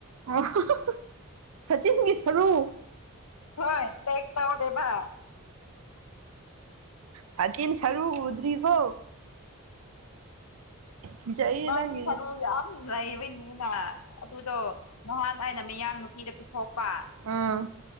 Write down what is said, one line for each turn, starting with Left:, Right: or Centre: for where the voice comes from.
Right: ꯑꯣ <unintelligible> ꯁꯥꯇꯤꯟꯁꯤꯡꯒꯤ ꯁꯔꯨ
Left: ꯍꯣꯏ ꯄꯦꯛ ꯇꯧꯔꯦꯕ
Right: ꯁꯥꯇꯤꯟ ꯁꯔꯨ ꯎꯗ꯭ꯔꯤꯕꯣ ꯀꯤꯖꯩꯌꯦ
Left: ꯃꯥꯖꯨ
Right: ꯅꯪꯒꯤꯗꯤ
Left: ꯊꯕꯛ ꯌꯥꯝ ꯂꯩꯕꯩꯅꯤꯅ ꯑꯗꯨꯗꯣ ꯅꯍꯥꯟ ꯑꯩꯅ ꯃꯌꯥꯡ ꯅꯨꯄꯤꯗ ꯄꯤꯊꯣꯛꯄ
Right: ꯑꯥ